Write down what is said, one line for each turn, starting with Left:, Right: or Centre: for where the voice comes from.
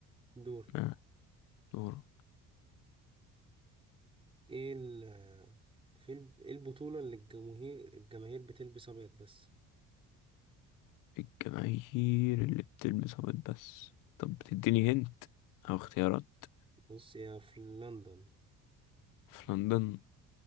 Right: دوري
Left: آه. دورك
Right: ايه ال في ال- ايه البطولة اللي الجماهير الجماهير بتلبس أبيض بس
Left: الجماهير اللي بتلبس أبيض بس طب بتديني هنت أو اختيارات
Right: بص هي في لندن
Left: في لندن